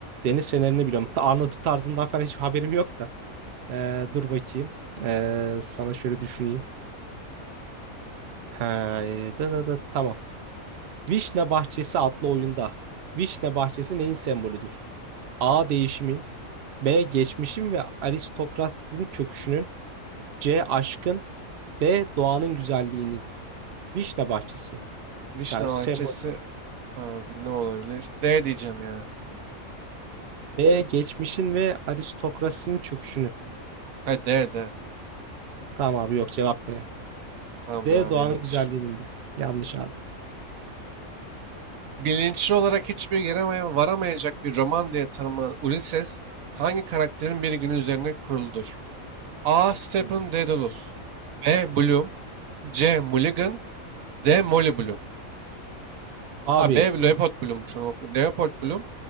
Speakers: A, on the right; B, on the right.
A: Deniz Feneri'ni biliyorum. Ta- Anlatım tarzından falan hiç haberim yok da. Ee, dur bakayım. Ee, sana şöyle düşüneyim. He, da, da, da, tamam. Vişne bahçesi adlı oyunda. Vişne bahçesi neyin sembolüdür? A. Değişimin. B. Geçmişin ve aristokrasinin çöküşünün. C. Aşkın. D. Doğanın güzelliğinin. Vişne bahçesi.
B: Vişne
A: Yani sembolü.
B: Bahçesi abi ne olabilir? D diyeceğim ya.
A: B. Geçmişin ve aristokrasinin çöküşünün.
B: Ha D D.
A: Tamam abi yok cevap B.
B: Tamamdır
A: D.
B: abi
A: Doğanın
B: yanlış.
A: güzelliğinin de. Yanlış abi.
B: bilinçli olarak hiçbir yere varamayacak bir roman diye tanımlanan Ulysses hangi karakterin bir günü üzerine kuruludur? A. Stephen
A: Hmm.
B: Dedalus B. Bloom C. Mulligan D. Molly Bloom
A: Abi
B: A. B. Leopold Bloom şunu oku. Leopold Bloom